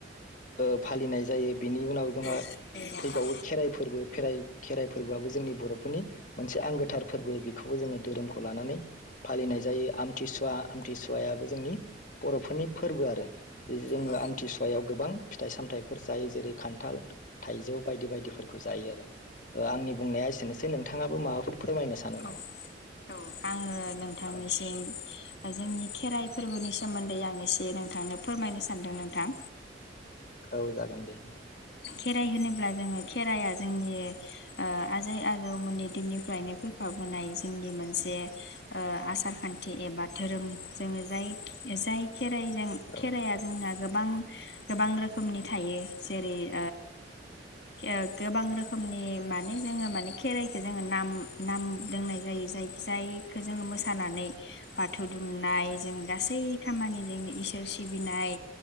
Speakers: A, on the left; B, on the left.
A: ओ फालिनाय जायो। बिनि उनाव
B: औ दे
A: <unintelligible>
B: नोंथां
A: फैबावो खेराइ फोरबो। ओ फेराइ खेराइ फोरबोआबो जोंनि बर' फोरनि मोनसे आंगोथार फोरबो बिखौबो जोङो धोरोमखौ लानानै फालिनाय जायो आमथिसुवा थिसुवायाबो जोंनि बर'फोरनि फोरबो आरो। जे जोङो
B: औ
A: आमथिसुवायाव गोबां फिथाइ सामथाइफोर जायो जेरै खान्थाल थाइजौ बायदि बायदिफोरखौ जायो आरो। ओ आंनि बुंनाया एसेनोसै नों थाङाबो माबाफोर फोरमायनो सानो नामा
B: औ औ आङो नोंथांनिसिम
A: औ
B: जोंनि खेराइ फोरबोनि सोमोन्दै आं एसे नोंथांनो फोरमायनो सानदों नोंथां।
A: औ जागोन दे।
B: खेराइ होनोब्ला जोङो खेराइया जोंनि ओ आजै आजौमोननि दिननिफ्रायनो फैफाबोनाय जोंनि मोनसे ओ आसार खान्थि एबा धोरोम जोङो जाय जाय खेराइजों
A: औ
B: खेराइया जोंना गोबां गोबां रोखोमनि थायो जेरै ओ ओ गोबां रोखोमनि माने जोङो माने खेराइखौ जोङो नाम नाम दोंनाय जायो जाय जायखो जोङो मोसानानै बाथौ दुमनाय जों गासै खामानि जोंनि इसोर सिबिनाय